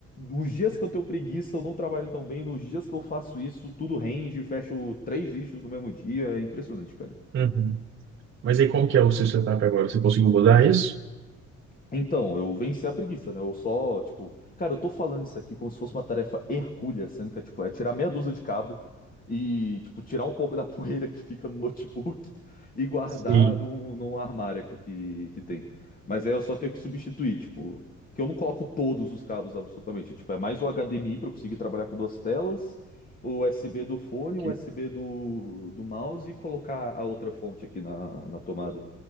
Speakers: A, on the left; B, on the right.
A: os dias que eu tenho preguiça, eu não trabalho tão bem. Nos dias que eu faço isso, tudo rende, fecho três issues no mesmo dia. É impressionante, cara.
B: Uhum. Mas aí como que é o seu setup agora? Você conseguiu mudar isso?
A: Então, eu venci a preguiça, né? Eu só, tipo, cara, eu tô falando isso aqui como se fosse uma tarefa hercúlea, sendo que é, tipo, é tirar meia dúzia de cabo e, tipo, tirar um pouco da <laughs> poeira que fica no notebook <laughs> e guardar
B: Sim.
A: num, num armário aqui que, que tem. Mas aí eu só tenho que substituir, tipo, que eu não coloco todos os cabos absolutamente. É, Tipo, é mais o HDMI pra eu conseguir trabalhar com duas telas, o USB do fone,
B: Que
A: o USB do, do mouse e colocar a outra fonte aqui na, na tomada.